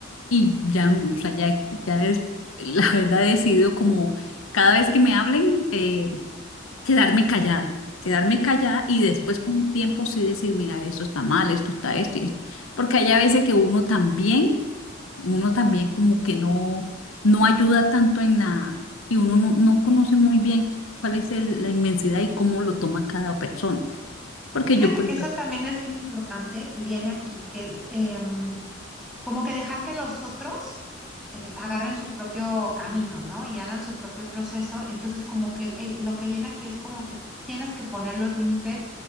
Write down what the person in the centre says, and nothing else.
Fíjate
que eso también es bien importante y viene aquí, que es em, como que dejar que los otros eh, agarren su propio camino, ¿no? Y hagan su propio proceso. Entonces, como que eh, lo que viene aquí es como que tienes que poner los límites